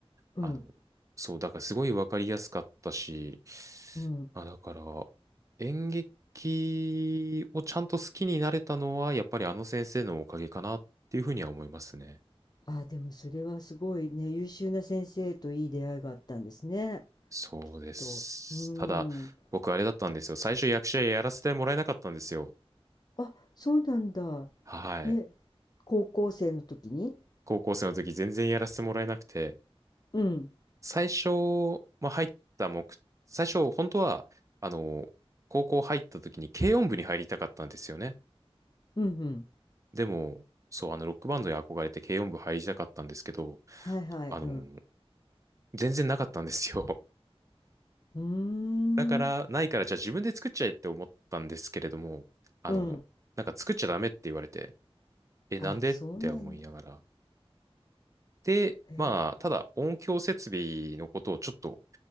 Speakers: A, on the left; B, on the right.
A: うん。
B: あの、そう、だからすごい分かりやすかったし、
A: うん。
B: まあだから、演劇をちゃんと好きになれたのは、やっぱりあの先生のおかげかなっていうふうには思いますね。
A: あ、でもそれはすごいね、優秀な先生といい出会いがあったんですね。
B: そうです。
A: きっと。うん。
B: ただ、僕あれだったんですよ。最初役者やらせてもらえなかったんですよ。
A: あ、そうなんだ。
B: はい。
A: ね、高校生の時に。
B: 高校生の時全然やらせてもらえなくて、
A: うん。
B: 最初、まあ、入った目、最初、本当は、あの、高校入った時に軽音部に入りたかったんですよね。
A: うんうん。
B: でも、そう、あの、ロックバンドに憧れて軽音部入りたかったんですけど、
A: はいはい。
B: あの、
A: うん。
B: 全然なかったんですよ。
A: うーん。
B: <laughs> だから、ないから、じゃあ自分で作っちゃえって思ったんですけれども、あの、
A: うん。
B: なんか作っちゃダメって言われて、え、なんでって思いながら、
A: あ、そうなんだ。
B: で、
A: へえ。
B: まあ、ただ音響設備のことをちょっと